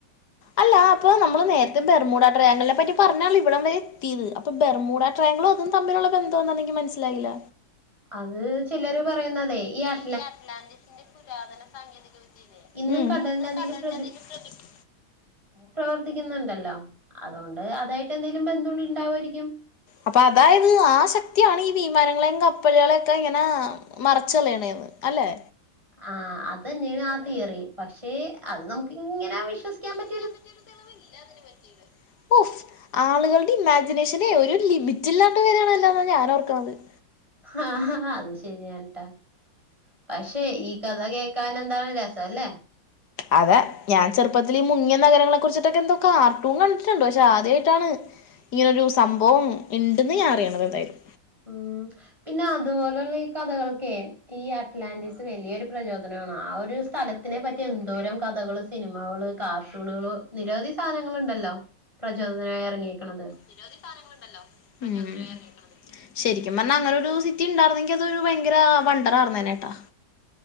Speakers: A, on the left (about 60°); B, on the right (about 15°).
A: അല്ലാ അപ്പൊ നമ്മള് നേരത്തെ ബെർമൂടാട്രെയാങ്കിളിനെ പറ്റി പറഞ്ഞാണ് ഇവിടം വരെ എത്തിയത് അപ്പൊ ബെർ മൂ ആട്രെയാങ്കിളും അതും തമ്മിലുള്ള ബന്തെന്നും എന്നിക്ക് മനസ്സിലായില്ല
B: അത് ചിലര് പറയുന്നതെ ഈ അ
A: ഈ അറ്റ്ലാന്റിസിന്റെ പുരാതന സാങ്കേതിക വിദ്യയില്ലേ
B: ഇന്നും
A: ഇന്ന്
B: കടലിനടിയില്
A: കടലിനടിയിൽ
B: പ്രതി
A: ശ്രദ്ധിക്കി
B: പ്രവർത്തിക്കുന്നുണ്ടല്ലോ അതോണ്ട് അതായിട്ട് എന്തേങ്കിലും ബെന്ധം ഇണ്ടാവായിരിക്കും
A: അപ്പൊ അതായത് ആ ശക്തിയാണ് ഈ വിമാനങ്ങളേം കപ്പലുകളെയൊക്കെ ഇങ്ങനെ മറിച്ചളയണേന്ന് അല്ലെ
B: ആഹ് അതന്നേണ് ആ തിയറി പക്ഷെ അത് നമുക്ക് ഇങ്ങനെ വിശ്വസിക്കാൻ പറ്റി
A: വിശ്വസിക്കാൻ പറ്റിയൊരു തെളിവില്ല അതിനുപറ്റിയത് ഓഫ് ആളുകളുടെ ഇമാജിനേഷനെ ഒരു ലിമിറ്റില്ലാണ്ടെ വരാണല്ലോ ന്നാ ഞാൻ ഓർക്കണന്നത്
B: ഹ ഹാ ഹാ അത് ശരിയാണ് ട്ടോ പക്ഷെ ഈ കഥ കേക്കാനെന്താണ് രസം അല്ലേ
A: അതെ ഞാൻ ചെറുപ്പത്തിൽ ഈ മുങ്ങിയ നഗരങ്ങളെ കുറിച്ചിട്ടൊക്കെ എന്തോ കാർട്ടൂ കണ്ടിട്ടുണ്ട് പക്ഷെ ആദ്യയിട്ടാണ് ഇങ്ങനെരു സംഭവം ഇണ്ടെന്ന് ഞാൻ അറിയണത് എന്തായാലും
B: ഉം പിന്നെ അതുപോലെയുള്ള ഈ കഥകൾക്കെ ഈ അറ്റ്ലാന്റിസ് വലിയൊരു പ്രചോദനമാണ് ആ ഒരു സ്ഥലത്ത് ഇതിനെ പറ്റി എന്തോരം കഥകള് സിനിമകള് കാർട്ടൂണുകള് നിരവധി സാധനങ്ങുണ്ടല്ലോ പ്രചോദനായി ഇറങ്ങിയെക്കണത്
A: നിരവധി സാധനങ്ങളുണ്ടല്ലോ ഉം ശരിക്കും പറഞ്ഞാ അങ്ങനെരു സിറ്റി ഇണ്ടാർന്നെങ്കി അതൊ ഭയങ്കരവണ്ട ഇത് അവിട്ന്നെ ട്ടോ